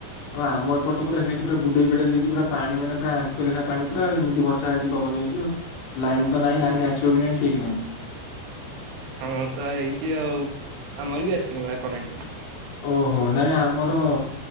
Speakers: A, on the left; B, on the right.
A: ଆମ ଏ ଆମ ଏପଟେ ତ ପୁରା ହେଇଛି ପୁରା ବୁଡେଇ ବିଡେଇ ଦେଇଛି ପୁରା ପାଣି ମାନେ ପୁରା ଆଣ୍ଠୁଏ ଲେଖା ପାଣି ପୁରା ଏମିତି ବର୍ଷା ହେଇଛି ପବନ ହେଇଛି ଆଉ ଲାଇନ୍ ତ ନାହିଁ ଲାଇନ ଆସିବ କି ନାଇଁ ଠିକ ନାହିଁ?
B: ଆମର ତ ହେଇଛି ଆଉ ଆମର ବି ଆସିନି ବା କରେଣ୍ଟ।
A: ଓହୋ ନାଇଁ ଆମର